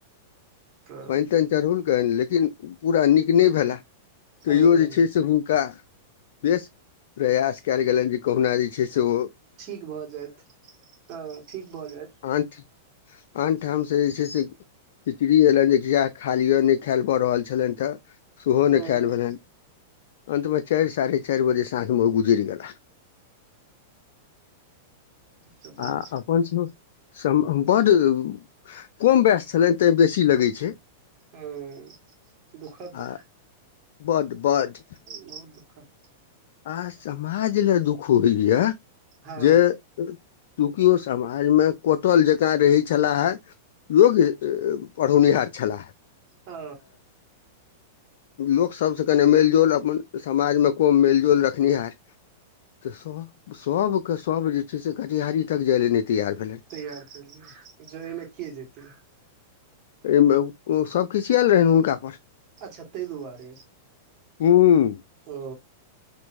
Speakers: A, on the right (about 40°); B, on the left (about 60°).
A: तऽ
B: पैन-तैन चढ़ौलकैन लेकिन पूरा नीक नै भेलाह
A: हँ
B: तैयो जे छै से हुनका बेस प्रयास कैल गैलेन जे कोहना जे छै से ओ
A: ठीक भऽ जाएत, हां ठीक भऽ जाएत
B: आनठा आनठाम से जे छै से खिचड़ी ऐलैन जे जे यैह खा लिअ नै खाएल भ रहल छलैन तऽ सेहो
A: हँ
B: नै खैल भेलैन। अन्तमे चाएर साढ़े चाएर बजे साँझ मे ओ गुजैर गेलाह।
A: तऽ बहुत
B: आब पंच में सम अम बड उम्म कम <unintelligible> छलैन तै बेसी लगै छै।
A: आं दुःखद
B: आ बड्ड बड्ड
A: बहुत दुःखद
B: आ समाज लै दुख होय यै
A: हँ
B: जे ए चूँकि ओ समाज मे कटल जकाँ रहै छलाह। योग्य ए-ए पढ़ौनिहार छलाह।
A: औ
B: लोक सबसे कने मेल-जोल अपन समाज मे कम मेल-जोल रखनिहार तै सब सबके सब जे छै से कटिहारी तक जाय लै नै तैयार भेलय
A: तैयार करलिए जे ऐ मे के जेतय?
B: ऐ मे उ सब खिसयैल रहैन हुनका पर
A: अच्छा तै दुआरे?
B: हूँ।
A: औ